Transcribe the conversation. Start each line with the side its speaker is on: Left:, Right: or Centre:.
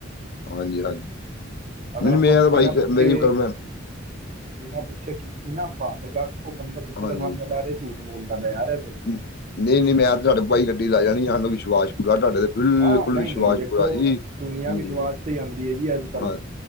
Left: ਹਾਂਜੀ, ਹਾਂਜੀ
Right: ਅਗਰ
Left: ਮੈਨੂੰ
Right: ਆਪਾਂ
Left: ਮੇਰਾ ਤਾਂ ਭਾਜੀ
Right: ਬਿਨਾਂ ਪੁੱਛੇ
Left: ਮੇਰੀ ਗੱਲ ਮੈਂ
Right: ਬਿਨਾਂ ਪੁੱਛੇ ਕੀਤੀ ਨਾ ਆਪਾ, ਤੇ ਅਗਾਂਹ ਓ ਬੰਦਾ ਸੋਚੇਗਾ
Left: ਹਾਂਜੀ।
Right: ਸਾਮਨੇ ਲਾਰੇ, ਝੂਠ ਬੋਲਦਾ ਪੇਆ ਯਾਰ
Left: <unintelligible>
Right: ਆ ਨਈ,
Left: ਵਿਸ਼ਵਾਸ
Right: ਨਈ ਦੇਖੋ,
Left: ਪੂਰਾ ਜੀ
Right: ਦੁਨੀਆਂ
Left: ਹਮ,
Right: ਵਿਸ਼ਵਾਸ ਤੇ ਆਂਦੀ ਏ ਜੀ ਅੱਜ-ਕੱਲ।
Left: ਹਾਂ